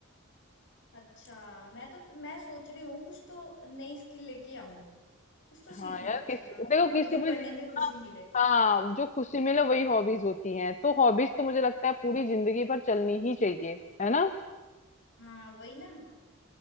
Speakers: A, on the left (about 60°); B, on the left (about 35°).
A: अच्छा मैं तो मैं सोच रही हूँ कुछ तो नई स्किल लेके आऊं कुछ तो सीखूं
B: हाँ यार
A: अच्छा
B: किस
A: सा
B: देखो
A: मतलब
B: किसी
A: जो
B: पे
A: करने
B: जि-
A: में खुशी
B: हाँ
A: मिले
B: हाँ, जो खुशी मिले वही हॉबीज होती हैं तो हॉबीज तो मुझे लगता है पूरी जिंदगी भर चलनी ही चाहिए है ना
A: हाँ वही ना